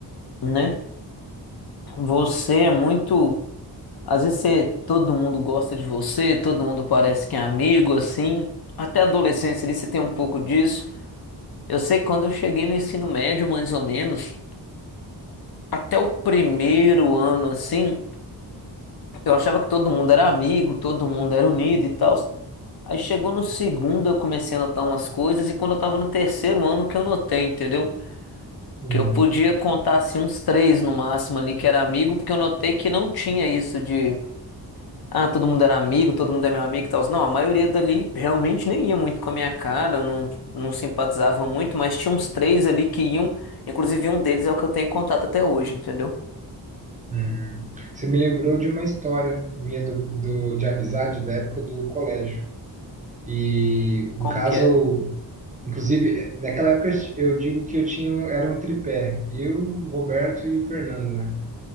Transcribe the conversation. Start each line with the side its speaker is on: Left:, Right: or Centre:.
Left: né? Você é muito. Às vezes você, todo mundo gosta de você, todo mundo parece que é amigo, assim. Até a adolescência ali você tem um pouco disso. Eu sei que quando eu cheguei no ensino médio, mais ou menos, até o primeiro ano, assim, eu achava que todo mundo era amigo, todo mundo era unido e tal. Aí chegou no segundo, eu comecei a notar umas coisas, e quando eu tava no terceiro ano que eu notei, entendeu?
Right: Uhum.
Left: Que eu podia contar assim uns três no máximo ali que era amigo, porque eu notei que não tinha isso de ah, todo mundo era amigo, todo mundo é meu amigo e tal. Não, a maioria dali realmente nem ia muito com a minha cara, não, não simpatizava muito, mas tinha uns três ali que iam, inclusive um deles é o que eu tenho contato até hoje, entendeu?
Right: Uhum. Você me lembrou de uma história minha do, do, de amizade da época do colégio. E, no
Left: Como
Right: caso,
Left: que é?
Right: Inclusive, naquela época eu digo que eu tinha, era um tripé, eu, o Roberto e o Fernando, né?